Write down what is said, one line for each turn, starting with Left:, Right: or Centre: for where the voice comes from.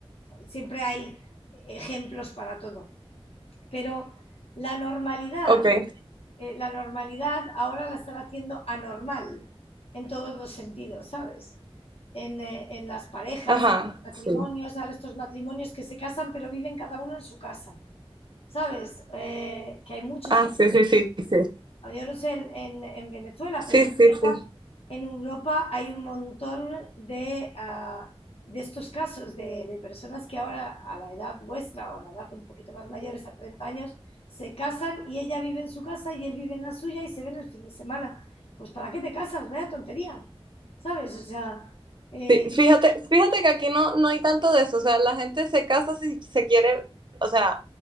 Left: siempre hay ejemplos para todo. Pero la normalidad
Right: Ok.
Left: eh, la normalidad ahora la están haciendo anormal en todos los sentidos, ¿sabes? En, eh, en las parejas,
Right: Ajá.
Left: matrimonios,
Right: Sí.
Left: ahora estos matrimonios que se casan pero viven cada uno en su casa, ¿sabes? Eh, que hay muchos
Right: Ah, sí, sí, sí, sí.
Left: Ah, Yo no sé en, en- en Venezuela,
Right: Sí,
Left: pero en
Right: sí,
Left: Europa,
Right: sí.
Left: en Europa hay un montón de, ah, de estos casos de, de personas que ahora, a la edad vuestra o a la edad un poquito más mayores, a 30 años, se casan y ella vive en su casa y él vive en la suya y se ven el fin de semana. Pues ¿para qué te casas? Vaya tontería, ¿sabes? O sea, eh,
Right: Sí, fíjate, fíjate que aquí no, no hay tanto de eso, o sea, la gente se casa si se quiere, o sea,